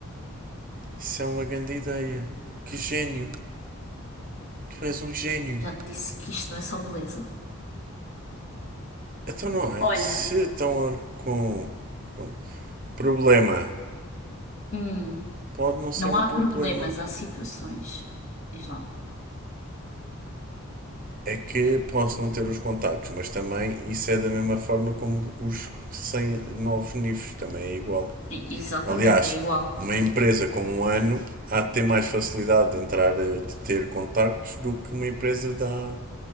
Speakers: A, on the right (about 40°); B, on the left (about 60°).
A: Isso é uma grande ideia. Que gênio. Tu és um gênio.
B: Já te disse que isto não é só beleza.
A: Então, não é?
B: Olha,
A: Se estão com, com problema,
B: hum,
A: pode não ser
B: não
A: um
B: há
A: problema.
B: problemas, há situações. Diz lá.
A: É que posso não ter os contactos, mas também isso é da mesma forma como os 100 novos níveis também é igual.
B: E- Exatamente,
A: Aliás,
B: é igual.
A: uma empresa com um ano há de ter mais facilidade de entrar, eh, de ter contactos do que uma empresa da